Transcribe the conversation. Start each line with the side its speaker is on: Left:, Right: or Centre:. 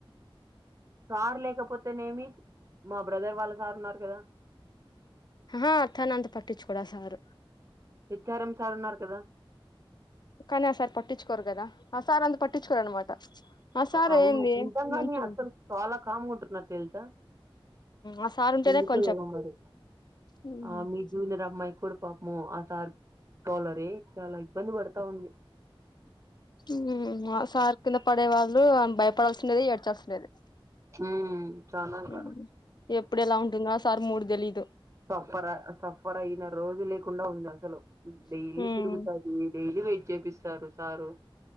Right: సార్ లేకపోతేనేమి మా బ్రదర్ వాళ్ళ సార్ ఉన్నారు కదా
Left: అ హా తన అంత పట్టిచ్చుకోడా సారు
Right: హెచ్ఆర్ఎం సార్ ఉన్నారు కదా
Left: కానీ ఆ సార్ పట్టించుకోరు కదా ఆ సార్ అంత పట్టించుకోరు అనమాట ఆ సార్
Right: అవును
Left: ఏంది
Right: నిజంగానే
Left: మంచిగుంట
Right: అసలు చాలా కాముగ ఉంటున్నారు తెలుసా
Left: ఆ సార్ ఉంటేనే
Right: ముందుకుఏమో
Left: కొంచెం
Right: మరి
Left: ఉమ్,
Right: ఆ మీ జూనిర్ అమ్ మై కూడి పాపము ఆ సార్ స్టోలరే చాలా ఇబ్బంది పడతా ఉంది
Left: ఉమ్ అ సార్ కింద పడే వాళ్ళు అ భయపడాల్సిండేది ఎడ్ తస్లేదు
Right: ఉమ్ చానా క
Left: ఉమ్ ఎప్పుడు ఎలా ఉంటుందో అ సార్ మూడు తెలీయదు
Right: సఫరా సఫర అయిన రోజు లేకుండా ఉంది అసలు డైలీ
Left: ఉమ్,
Right: తిరుగుతది డైలీ వెట్ చేపిస్తారు సారు